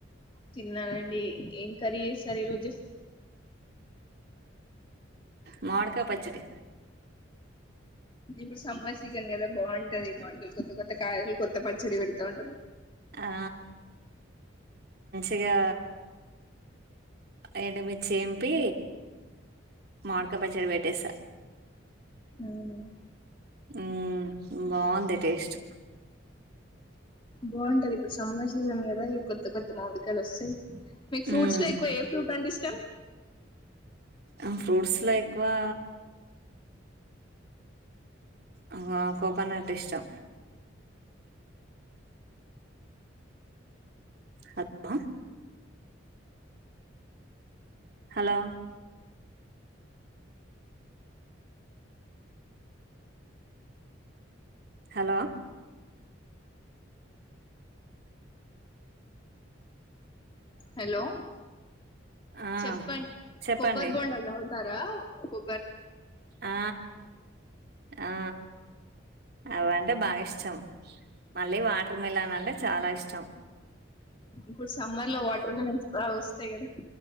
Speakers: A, on the left (about 25°); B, on the right (about 55°).
A: తిన్నానండి. ఏం కర్రీ చేశారు. ఈ రోజు
B: మమీడికాయ పచ్చడి
A: ఇప్పుడు సమ్మర్ సీజన్ కదా బాగుంటది. మామీడికాయలు. కొత్త కొత్త కాయలు కొత్త పచ్చడి పెడుతా ఉంటారు.
B: ఆ ఇగా ఏండు మిర్చి తెంపీ మామీడికాయ పచ్చడ పెట్టేస
A: అవున
B: హ్ బాగుంది. టేస్ట్
A: బాగుంటది. ఇప్పుడు సమ్మర్ సీజన్ గాదా కొత్త కొత్త మమిడికాయలు ఓస్తాయి. మీకు ఫ్రూట్స్
B: మ్మ్
A: లో ఎక్కువ ఏ ఫ్రూట్ అంటే ఇష్టం.
B: ఆ ఫ్రూట్స్ లైక్ వా ఆ కోకోనాట్ ఇష్టం. హలో హలో హలో
A: హలో
B: ఆ
A: చెప్పండి.
B: చెప్పండి
A: కొబ్బరి బోండలు తగు తారా కో
B: ఆ ఆ అవీ అంటే బాగా ఇష్టం. మళ్ళీ వాటర్ మిలాన్ అంటే చాలా ఇ ష్టం
A: ఇప్పుడు సమ్మర్ లో వాటర్ మిలన్స్ బాగా వస్తయి స కదా